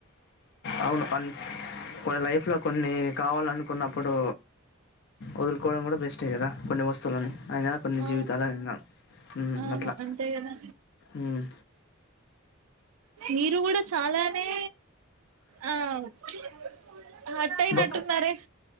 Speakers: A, on the left; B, on the right.
A: అవును మన్ లైఫ్ లో కొన్ని కావాలనుకున్నప్పుడు వదులుకోవడం కూడా బెస్టే కదా కొన్ని వస్తువులని అయిన కొన్ని
B: అవును
A: జీవితాలన్నా మ్మ్
B: అవును
A: అట్లా
B: అంతే కదా
A: మ్మ్
B: మీరు కూడా చాలానే ఆ హట్ అయినట్టున్నారే
A: బొక్